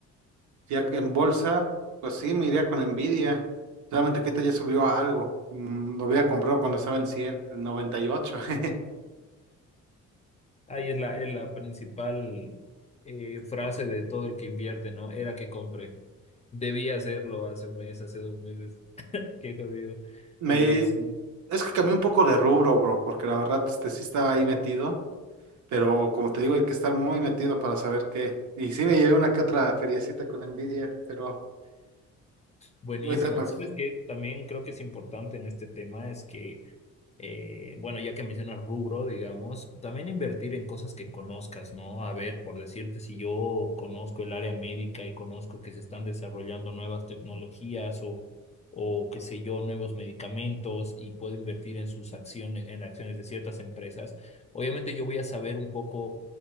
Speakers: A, on the right (about 75°); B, on the left (about 20°).
A: ya que en bolsa, pues sí, me iría con Nvidia. Solamente que ahorita ya subió a algo. Mm, Lo había comprado cuando estaba en 100, en 98. <laughs>
B: Ahí es la, es la principal eh, frase de todo el que invierte, ¿no? Era que compre. Debía hacerlo hace un mes, hace dos meses. Qué jodido.
A: Me...
B: Oye, sí.
A: Es que cambié un poco de rubro, bro, porque la verdad este, sí estaba ahí metido, pero como te digo, hay que estar muy metido para saber qué. Y sí me llevé una que otra feriecita con Nvidia, pero...
B: Buenísimo.
A: Ahorita, pues,
B: ¿Sabes qué? También creo que es importante en este tema es que eh, bueno, ya que mencionas rubro, digamos, también invertir en cosas que conozcas, ¿no? A ver, por decirte, si yo conozco el área médica y conozco que se están desarrollando nuevas tecnologías o, o qué sé yo, nuevos medicamentos y puedo invertir en sus acciones, en acciones de ciertas empresas, obviamente yo voy a saber un poco,